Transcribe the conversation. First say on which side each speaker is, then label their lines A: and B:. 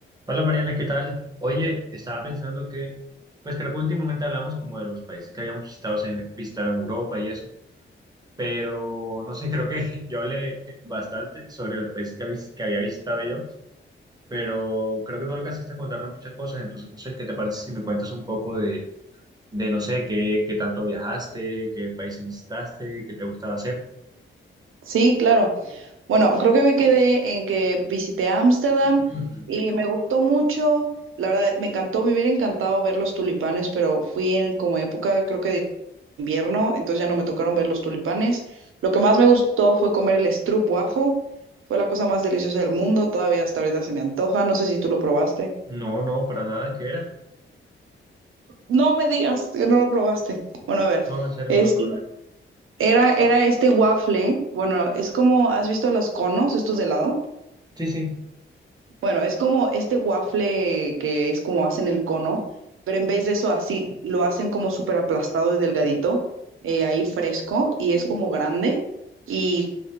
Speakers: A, on the right (about 20°); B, on the right (about 80°).
A: Hola Mariana, ¿qué tal? Oye, estaba pensando que, pues creo que últimamente hablamos como de los países que habíamos visitado en, visitado en Europa y eso, pero no sé, creo que <laughs> yo hablé bastante sobre los países que, habis- que había visitado yo, pero creo que no alcanzaste a contarme muchas cosas, entonces no sé, ¿qué te parece si me cuentas un poco de, de no sé, qué, qué tanto viajaste, qué países visitaste, qué te gustaba hacer?
B: Sí, claro. Bueno, creo que me quedé en que visité Ámsterdam
A: <clears throat>
B: y me gustó mucho. La verdad, me encantó, me hubiera encantado ver los tulipanes, pero fui en como época, creo que de invierno, entonces ya no me tocaron ver los tulipanes. Lo que más me gustó fue comer el stroopwafel. Fue la cosa más deliciosa del mundo. Todavía hasta ahorita se me antoja. No sé si tú lo probaste.
A: No, no, para nada, ¿qué era?
B: No me digas que no lo probaste. Bueno, a ver.
A: No, en serio,
B: Este,
A: no lo probé.
B: era, era este waffle. Bueno, es como, ¿has visto los conos, estos de helado?
A: Sí, sí.
B: Bueno, es como este waffle que es como hacen el cono, pero en vez de eso así, lo hacen como súper aplastado y delgadito, eh, ahí fresco, y es como grande, y